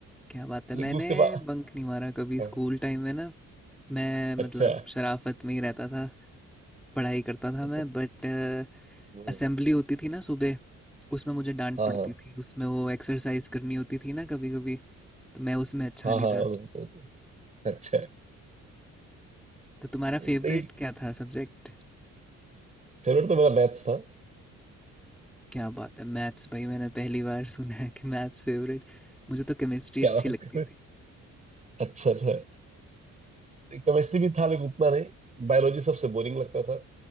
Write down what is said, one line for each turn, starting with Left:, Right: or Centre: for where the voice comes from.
Centre: क्या बात है
Right: लेकिन
Centre: मैंने
Right: उसके बाद
Centre: बंक नहीं मारा कभी
Right: हाँ,
Centre: स्कूल टाइम में ना मैं मतलब
Right: अच्छा
Centre: शराफत में ही रहता था पढ़ाई करता था
Right: अच्छा
Centre: मैं बट
Right: हम्म,
Centre: असेंबली होती थी ना सुबह उसमें मुझे डांट
Right: हाँ
Centre: पड़ती
Right: हाँ
Centre: थी उसमें वो एक्सरसाइज करनी होती थी ना कभी कभी तो मैं उसमें अच्छा
Right: हाँ
Centre: नहीं
Right: हाँ
Centre: था
Right: उस- उस- अच्छा
Centre: तो तुम्हारा फेवरेट
Right: नहीं
Centre: क्या था सब्जेक्ट
Right: फेवरेट तो मेरा मैथ्स था
Centre: क्या बात है मैथ्स भाई मैंने पहली बार <laughs> सुना है कि मैथ्स फेवरेट मुझे तो केमिस्ट्री
Right: क्या
Centre: अच्छी
Right: बात
Centre: लगती
Right: कर रहे
Centre: थी
Right: हो? अच्छा अच्छा केमिस्ट्री भी था लेकिन उतना नहीं बायोलॉजी सबसे बोरिंग लगता था